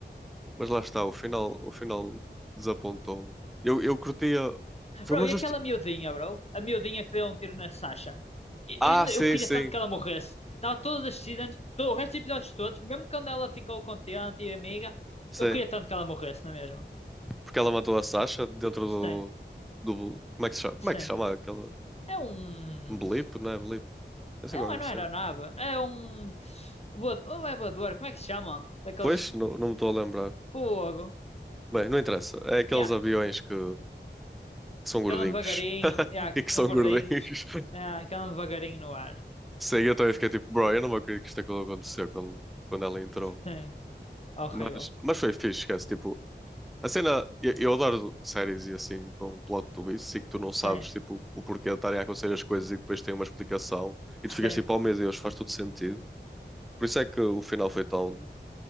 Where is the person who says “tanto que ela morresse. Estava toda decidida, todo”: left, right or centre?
Left